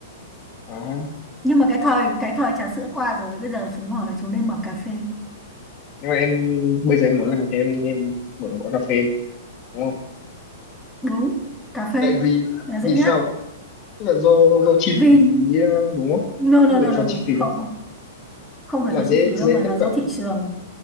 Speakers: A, on the left; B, in the centre.
A: À, ha.
B: Nhưng mà cái thời cái thời trà sữa qua rồi. Bây giờ chú mở chú nên mở cà phê.
A: nhưng mà em bây giờ em muốn làm thế em nên mở một quán cà phê đúng không?
B: Đúng, cà phê
A: Tại vì
B: là
A: vì
B: dễ
A: sao
B: nhất.
A: ạ? Tức là do do chi
B: Vì...
A: phí ờ, đúng không?
B: No,
A: Tức
B: no, no,
A: về
B: no,
A: phần
B: no.
A: chi phí
B: Không,
A: này
B: không. Không phải
A: hay là
B: do
A: dễ
B: chi phí đâu
A: dễ
B: mà
A: tiếp
B: là do
A: cận
B: thị
A: lắm.
B: trường